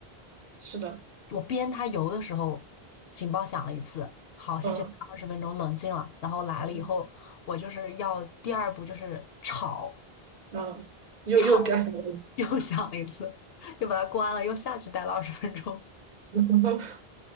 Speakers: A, on the right (about 45°); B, on the left (about 70°).
A: 是的，
B: 我边它油的时候，警报响了一次，好，下去待二十分钟，
A: 嗯
B: 冷静了，然后来了以后，
A: 嗯
B: 我就是要第二步就是炒，
A: 嗯又又干什么？
B: 炒又 <laughs> 响了一次，又把它关了，又下去待了二十分钟，
A: <laughs>